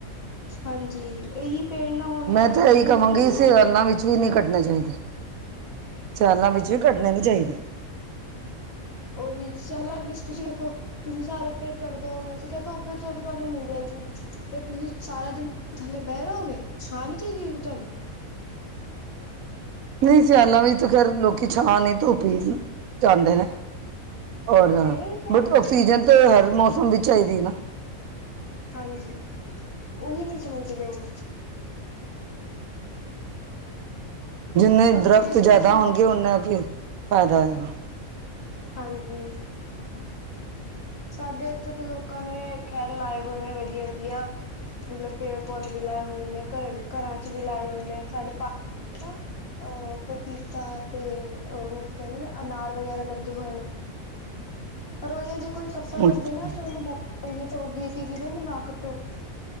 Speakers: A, on the left; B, on the right.
A: ਹਾਂਜੀ ਇਹੀ ਪੇੜ ਨਾ ਹੋਣਗੇ
B: ਮੈਂ
A: ਤੇ ਆਕਸੀਜਨ
B: ਤਾਂ ਇਹੀ ਕਹਾਂਗੀ
A: ਮਿਲ ਜਾਏਗੀ ਲੋਕਾਂ
B: ਸਿਆਲਾਂ
A: ਨੂੰ
B: ਵਿੱਚ ਵੀ ਨਹੀਂ ਕੱਟਣੇ ਚਾਹੀਦੇ ਸਿਆਲਾਂ ਵਿੱਚ ਵੀ ਕੱਢਣੇ ਨੀ ਚਾਹੀਦੀ
A: ਉਓਹੀ ਸਹਿਲਾਂ ਵਿੱਚ ਤੁਸੀਂ ਵੇਖੋ ਤੁਸੀਂ ਸਾਰੇ ਫੇਰ ਕੱਢ ਦੋਗੇ ਠੀਕ ਹੈ ਧੁੱਪ ਤੇ ਚਲੋ ਤੁਹਾਨੂੰ ਮਿਲ ਜਾਏਗੀ ਫੇਰ ਤੁਸੀਂ ਸਾਰਾ ਦਿਨ ਥੱਲੇ ਬਹਿ ਰਹੋਗੇ ਛਾਂ ਨੀ ਚਾਹੀਦੀ ਹੋਗੀ ਤੁਹਾਨੂੰ।
B: ਨਹੀਂ ਸਿਆਲਾਂ ਵਿੱਚ ਤੇ ਖੇਰ ਲੋਕੀ ਛਾਂ ਨਹੀਂ ਧੁਪੀ ਜਾਂਦੇ ਨੇ। ਔਰ
A: ਨਹੀਂ ਫੇਰ
B: ਬਟ ਆਕਸੀਜਨ
A: ਇੱਕ
B: ਤਾਂ
A: ਇੱਕ
B: ਹਰ ਮੌਸਮ ਵਿੱਚ ਚਾਹੀਦੀ ਨਾ।
A: ਹਾਂਜੀ ਉਹੀ ਨੀ ਸਮਝਦੇ ਲੋਕ।
B: ਜਿੰਨੇ
A: ਔਰ
B: ਦਰਖਤ
A: ਫੇਰ ਕਿਸੇ
B: ਜ਼ਿਆਦਾ
A: ਨੂੰ ਬੋਲਦੇ
B: ਹੋਣਗੇ ਉਨਾ ਕੀ ਫ਼ਾਇਦਾ ਹੋਏਗਾ।
A: ਹਾਂਜੀ। ਸਾਡੇ ਇੱਥੇ ਤਾਂ ਲੋਕਾਂ ਨੇ ਖੈਰ ਲਾਏ ਹੋਏ ਨੇ ਵਧੀਆ ਵਧੀਆ। ਮਤਲਬ ਪੇੜ ਪੌਦੇ ਵੀ ਲਾਏ ਹੋਏ ਨੇ ਘਰ ਘਰਾਂ ਚ ਵੀ ਲਾਏ ਹੋਏ ਨੇ ਸਾਡੇ। ਅਹ ਪਪੀਤਾ ਤੇ ਉਹਨੂੰ। ਕਹਿੰਦੇ ਨੇ ਅਨਾਰ ਵਗੈਰਾ ਲੱਗੇ ਹੋਏ ਨੇ। ਪਰ ਉਹ ਜੇ ਕੋਈ ਕੱਟਣ ਲੱਗੇ
B: ਅੱਛਾ
A: ਨਾ ਤੇ ਉਹਨੂੰ ਬੋਲਏ ਤਾਂ ਗ ਕੀ ਵੀਰੇ ਇਹਨੂੰ ਨਾ ਕੱਟੋ।